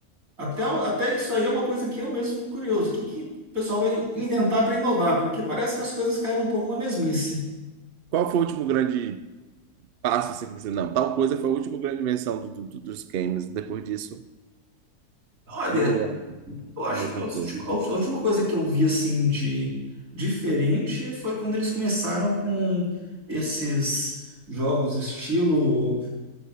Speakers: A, on the right (about 60°); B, on the right (about 75°).
A: até, até isso aí é uma coisa que eu mesmo fico curioso. O que, que o pessoal vai inventar para inovar? Porque parece que as coisas caíram um pouco na mesmice.
B: Qual foi o último grande passo assim, que você, não, tal coisa foi a última grande invenção do- do- do- dos games. Depois disso,
A: Olha,
B: tudo é
A: eu acho
B: a mesma
A: que a última,
B: coisa.
A: a ú- a última coisa que eu vi assim de diferente foi quando eles começaram com esses jogos estilo